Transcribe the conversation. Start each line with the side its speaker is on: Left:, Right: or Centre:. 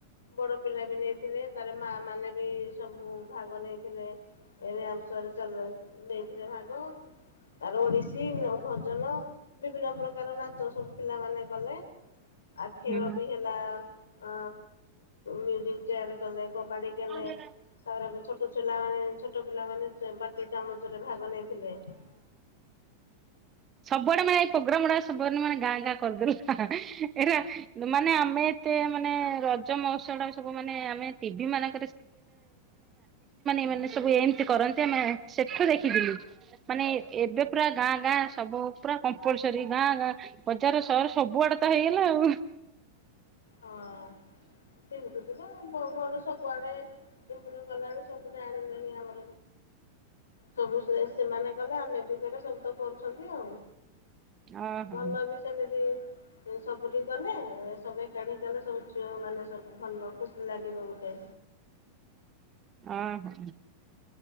Left: ବଡ ପିଲା ବି ନେଇଥିଲେ ତାର ମା ମାନେ ବି ସବୁ ଭାଗ ନେଇଥିଲେ ଏ ରାମସର ନେଇଥିଲେ ଭାଗ ତାର ଓଡିଶୀ ଭଜନ ବିଭିନ୍ନ ପ୍ରକାର ନାଚ ସବୁ ପିଲା ମାନେ କଲେ ଆ ଖେଳ
Right: ହୁଁ
Left: ବି ହେଲା ଅ ମୁଜିକ ଚୟାର କଲେ
Right: <inaudible>
Left: କବାଡ଼ି କଲେ।
Right: ହଁ
Left: ତାପରେ ଛୋଟ ପିଲାମାନେ ଛୋଟ ପିଲାମାନେ ବାଟି ଚାମଚରେ ଭାଗ ନେଇଥିଲେ।
Right: ସବୁଆଡ଼େ ମାନେ ଏଇ ପ୍ରୋଗ୍ରାମ ସବୁଆଡ଼େ ମାନେ ଗାଁ କରିଦେଲା ଏଟା ମାନେ ଆମେ ଏତେ ମାନେ ରଜ ମହସ ଟା ସବୁ ମାନେ ଆମେ ଟିଭି ମାନ ଏମାନେ ସବୁ ଏମିତି କରନ୍ତି ଆମେ ସେଠୁ ଦେଖିଥିଲୁ ମାନେ ଏବେ ପୁରା ଗାଁ ଗାଁ ସବୁ ପୁରା କମ୍ପଲସରୀ ଗାଁ ଗାଁ ବଜାର ସହର ସବୁଆଡେ ତ ହେଇଗଲା ଆଉ।
Left: ହଁ ପିଦ୍ଧୁଥିଲା ସ ସବୁଆଡେ ଇ୍ରଭ କଲାଣି ସବୁ ଜଣିଲେଣି ଆମର ସବୁ ସବୁ ସେମାନେ କଲେ ଆମେ ବି ସବୁ ତ କରୁଛନ୍ତି ଆଉ
Right: ଓହୋ
Left: ଭଲ ବି ସେମିତି ସବୁ ଟିକେ ଗଲେ ସ ଜାଣି ଗଲେ ସବୁ ଝିଅ ମାନେ ସବୁ ଭଲ ଖୁସି ଲାଗିବ ଗୋଟେ।
Right: ଓହୋ